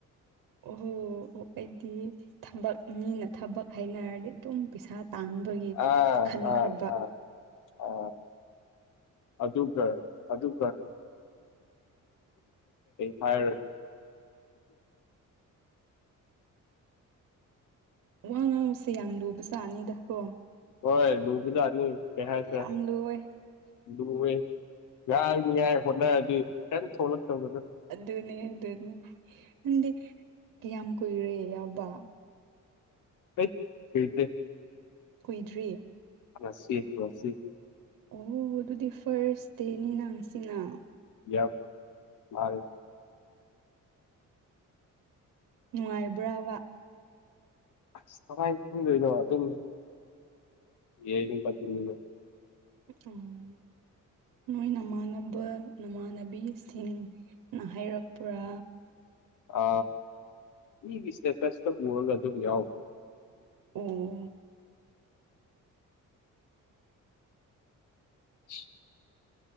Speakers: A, on the right; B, on the left.
A: ꯑꯣꯍꯣ ꯑꯣ ꯑꯩꯗꯤ ꯊꯕꯛ ꯃꯤꯅ ꯊꯕꯛ ꯍꯥꯏꯅꯔꯗꯤ ꯑꯗꯨꯝ ꯄꯩꯁꯥ ꯇꯥꯟꯕꯒꯤ
B: ꯑ
A: ꯈꯟꯈ꯭ꯔꯕ
B: ꯑ ꯑ ꯑ ꯑꯗꯨꯒ ꯑꯗꯨꯒ ꯐꯔ
A: ꯋꯥ ꯉꯥꯡꯉꯨꯁꯦ ꯌꯥꯝ ꯂꯨꯕꯖꯥꯅꯤꯗ ꯀꯣ
B: ꯍꯣꯏ ꯂꯕꯗꯅꯤ ꯀꯦꯍꯁ
A: ꯌꯥꯝ ꯂꯨꯋꯦ
B: ꯂꯦ ꯌꯥꯏꯅꯤ ꯌꯥꯏ ꯍꯣꯠꯅꯔꯗꯤ ꯀꯦꯟ ꯁꯣꯂ ꯇꯧꯗ
A: ꯑꯗꯨꯅꯦ ꯑꯗꯨꯅꯦ ꯑꯗꯨꯗꯤ ꯌꯥꯝ ꯀꯨꯏꯔꯦ ꯌꯥꯎꯕ
B: <unintelligible>
A: ꯀꯨꯏꯗ꯭ꯔꯤ
B: ꯔꯁꯤꯐ ꯔꯁꯤꯐ
A: ꯑꯣ ꯑꯗꯨꯗꯤ ꯐꯥꯔꯁ ꯗꯦꯅꯤꯅ ꯁꯤꯅ
B: ꯌꯥ ꯃꯥꯔ
A: ꯅꯨꯡꯉꯥꯏꯕ꯭ꯔꯕ
B: ꯑꯁ ꯀꯃꯥꯏꯅ ꯈꯪꯗꯣꯏꯅꯣ ꯑꯗꯨꯝ ꯌꯦꯏꯅꯤꯡ ꯄ ꯇꯤꯟꯅꯤꯅ
A: ꯎꯝ ꯅꯣꯏ ꯅꯃꯥꯟꯅꯕ ꯅꯃꯥꯟꯅꯕꯤꯁꯤꯡꯅ ꯍꯥꯏꯔꯛꯄ꯭ꯔꯥ
B: ꯑ ꯃꯤꯒꯤ ꯏꯁꯇꯦꯇꯁꯇ ꯎꯔꯒ ꯑꯗꯨꯝ ꯌꯥꯎꯕꯅꯤ
A: ꯑꯣ
B: <unintelligible>